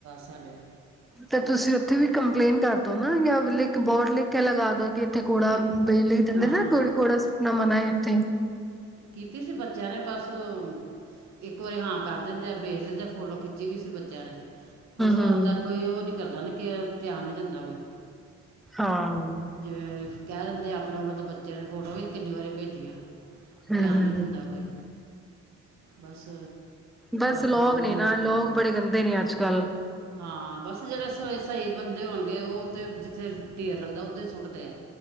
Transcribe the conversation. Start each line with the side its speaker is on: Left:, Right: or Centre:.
Right: ਸਾਡੇ
Centre: ਤੇ ਤੁਸੀਂ ਉੱਥੇ ਵੀ ਕੰਪਲੇਂਟ ਕਰ ਨਾ ਯਖ ਬੋਰ ਲਿਖ ਕੇ ਲਗਾ ਦੋ ਇੱਥੇ ਘੋੜਾ
Right: ਕੀ
Centre: ਵਿੇ ਲਈ ਦਿੰਦੇ
Right: ਹਾਂ
Centre: ਨਾ ਘੜੀ ਘੋੜਾ ਸੁਪਨਾ ਮਨਾ ਹੈ ੱ ਥੇ
Right: ਕੀਤੀ ਸੀ ਬੱਚਿਆਂ ਨੇ ਬਸ ਬਸ ਇੱਕ ਇੱਕ ਵਾਰੀ ਹਾਂ ਕਰ ਦਿੰਦੇ ਆ ਵੇਖ ਲੈਂਦੇ ਫੋਟੋ ਖਿੱਚੀ ਵੀ ਸੀ ਬੱਚਿਆਂ ਨੇ ਬਸ ਆਉਂਦਾ
Centre: ਹਮ
Right: ਕੋਈ ਉਹ ਨਹੀਂ ਕਰਦਾ ਨਾ ਕਿ ਧਿਆਨ ਦਿੰਦਾ ਕੋਈ
Centre: ਹਾਂ
Right: ਜਿਵੇਂ ਕਹਿ ਦਿੰਦੇ ਆ ਆਪਣੇ ਵੱਲੋਂ ਤਾਂ ਬੱਚਿਆਂ ਨੇ ਫੋਟੋ ਵੀ ਕਿੰਨੀ ਵਾਰੀ ਭੇਜੀਆਂ
Centre: ਹੂੰ-ਹੂੰ
Right: ਧਿਆਨ ਨਹੀਂ ਦਿੰਦਾ ਕੋਈ ਬਸ
Centre: ਬਸ ਲੋਕ
Right: ਆਪਣੀ
Centre: ਨੇ ਨਾ
Right: ਮਰਜ਼ੀ
Centre: ਲੋਕ
Right: ਕਰਨੀ
Centre: ਬੜੇ ਗੰਦੇ ਨੇ ਅੱਜ ਕੱਲ
Right: ਹਾਂ ਬਸ ਜਿਹੜੇ ਸਹੀ ਬੰਦੇ ਹੋਣਗੇ ਉਹ ਤੇ ਜਿੱਥੇ ਢੇਰ ਲੱਗਦਾ ਦੇ ਸੁੱਟਦੇ ਆ